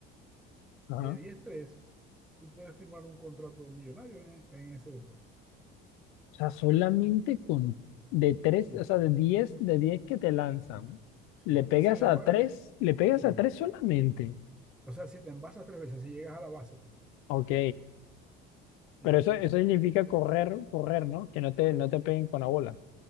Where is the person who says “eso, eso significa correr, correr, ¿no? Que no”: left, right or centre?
Left